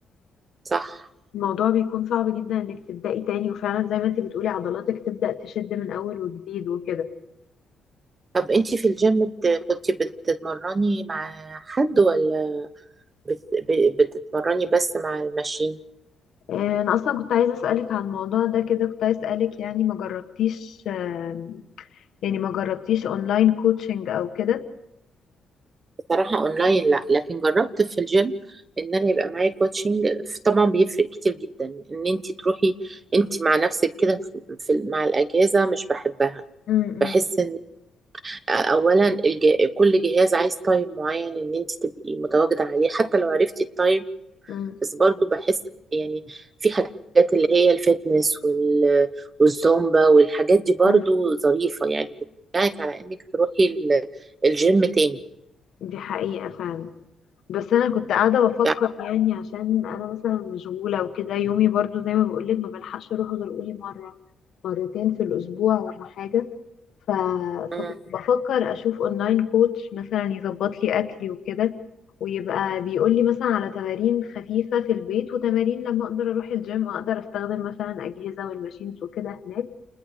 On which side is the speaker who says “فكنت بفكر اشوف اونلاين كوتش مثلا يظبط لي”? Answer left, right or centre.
Left